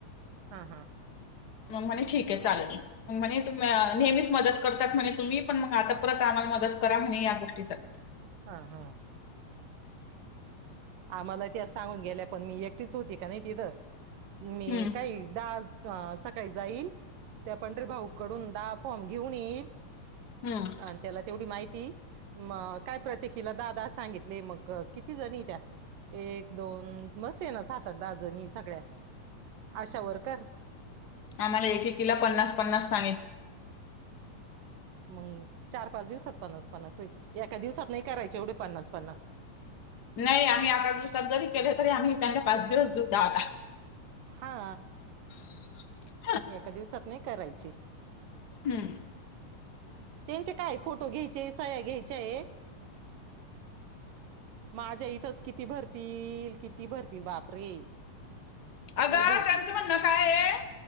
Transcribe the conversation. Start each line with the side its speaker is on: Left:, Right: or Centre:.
Right: हा हा
Left: मग म्हणे ठीक आहे चालेल मग म्हणे तुम् नेहमीच मदत करतात म्हणे तुम्ही पण मग आता परत आम्हाला मदत करा म्हणे या गोष्टीसाठी
Right: हा हा आम्हाला त्या सांगून गेल्या पण मी एकटीच होती का नाही तिथं मी
Left: हम्म
Right: काही द सकाळी जाईल त्या पंढरी भाऊकडून द फॉर्म घेऊन येईल
Left: हम्म
Right: आणि त्याला तेवढी माहिती म काय प्रत्येकीला दादा सांगितले मग किती जणी त्या एक दोन मसे ना सात आठ दहा जणी सगळ्या आशा वकर
Left: आम्हाला एककीला पन्नास पन्नास सांगित
Right: <unintelligible> मग चार पाच दिवसात पन्नास पन्नास होईल एका दिवसात नाही करायचे एवढे पन्नास पन्नास
Left: नाही आम्ही आका दिवसात जरी केले तरी आम्ही त्यांना पाच दिवस देऊ द आता
Right: हा
Left: <inaudible>
Right: एका दिवसात नाही करायची
Left: हम्म
Right: त्यांचे काय फोटो घ्यायचे सह्या घ्यायच्या आहे माझ्या इथच किती भरतील किती भरतील बापरे
Left: अगं
Right: लय भरतील
Left: त्यांचं म्हणणं काय आहे